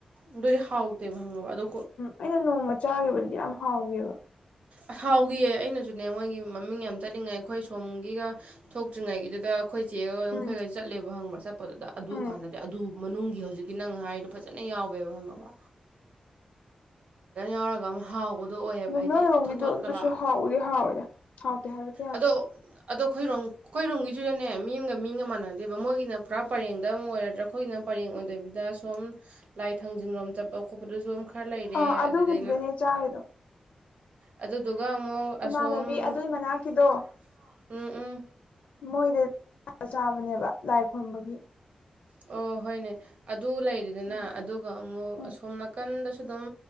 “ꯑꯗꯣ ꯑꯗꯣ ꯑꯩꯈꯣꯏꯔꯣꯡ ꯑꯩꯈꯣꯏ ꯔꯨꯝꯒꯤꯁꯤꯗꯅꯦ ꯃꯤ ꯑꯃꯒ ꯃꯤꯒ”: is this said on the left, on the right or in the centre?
Right